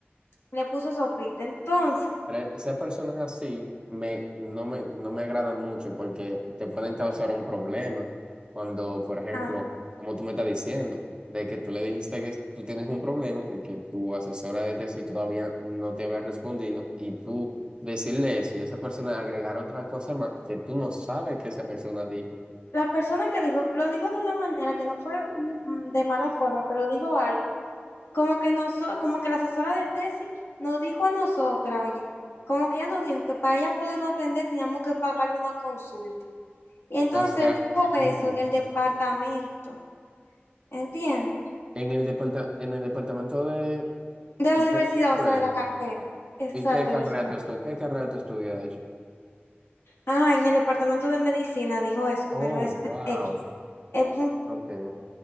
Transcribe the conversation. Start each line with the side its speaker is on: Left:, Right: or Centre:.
Left: le puso sopita. Entonces,
Right: Pero esas personas así me, no me, no me agradan mucho porque te pueden causar un problema cuando, por ejemplo,
Left: ah,
Right: como tú me estás diciendo, de que tú le dijiste que tú tienes un problema porque tu asesora de tesis todavía no te había respondido y tú decirle eso y esa persona agregar otra cosa más que tú no sabes que esa persona dijo.
Left: la persona que dijo, lo dijo de una manera que no fue mm, de mala forma, pero dijo algo Como que noso- como que la asesora de tesis nos dijo a nosotras, oye, como que ella nos dijo que para ella podernos atender teníamos que pagarle una consulta. Y entonces
Right: O sea,
Left: dijo eso
Right: ay,
Left: en el departamento, ¿entiendes?
Right: en el departa- en el departamento de,
Left: De la
Right: de
Left: universidad,
Right: la escuela.
Left: o sea, de la carrera. Exacto,
Right: ¿Y qué carrera
Left: en la escuela.
Right: tú estu- ¿Qué carrera tú estudias, de hecho?
Left: Ajá, en el departamento de medicina dijo eso,
Right: Oh,
Left: pero eso
Right: wow.
Left: es X. El, pu-
Right: Ok.